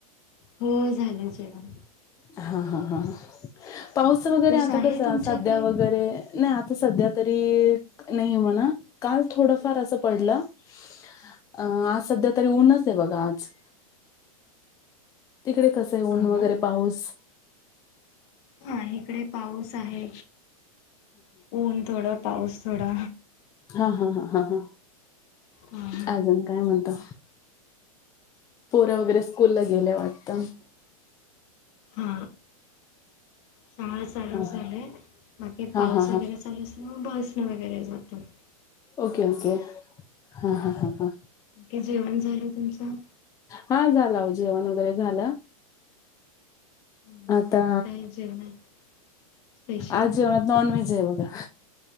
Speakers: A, on the left; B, on the left.
A: हो झालं जेवण.
B: हा हा ह पाऊस वगैरे आता
A: आहे
B: कसं?
A: तुमच्याकडे
B: सध्या वगैरे, नाही आता सध्या- तरी नाही म्हणा. काल थोडफार अस पडला - अं -आज सध्या तरी ऊनच आहे बघा आज. तिकडे कसं? ऊन
A: हा
B: वगैरे
A: ना
B: पाऊस-
A: हा इकडे पाऊस आहे. ऊन थोडं पाऊस थोडा.
B: हा हा हा हा हा
A: हा
B: अजून काय म्हणता? पोर वगैरे स्कूल ला गेल्या वाटत? त
A: हा शाळा चालू
B: हा
A: झालय
B: हा
A: बाकी
B: हा
A: पाऊस
B: हा
A: वगैरे
B: हा
A: चालू अस मग बस.. वगैरे जातात..
B: ओके ओके हा ह ह ह...
A: तुमचं जेवण झालं तुमचं
B: हा झाला हो जेवण वगैरे झालं.
A: मग
B: आता
A: आज काय जेवणात स्पेशल
B: आज जेवणा नॉन व्हेज.... जेव मग....